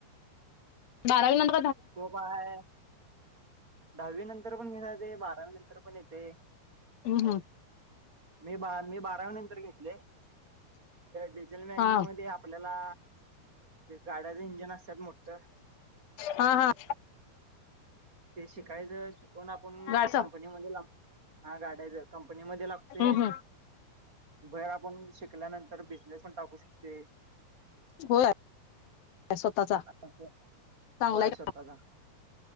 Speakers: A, on the left; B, on the right.
A: बारावी नं <unintelligible>
B: स्कोप हाय. दहावी नंतर पण घेेत ते बारावी नंतर पण येते.
A: हम्म हम्म.
B: मी बा मी बारावी नंतर घेतले. डिझेल मॅगनिग
A: हा
B: मध्ये आपल्याला. गाड्याचे इंजन असतात मोठं.
A: हा हा.
B: ते शिकायचं. शिकवून आपण
A: गाडीचा
B: कंपनीमध्ये लाव हा गाड्याचं कंपनीमध्ये लाव ते.
A: हम्म हम्म
B: बाहेर आपण शिकल्यानंतर बिझनेस पण टाकू शकते.
A: होय स्वतःचा
B: <inaudible>
A: चांगलाय
B: होय स्वता चा.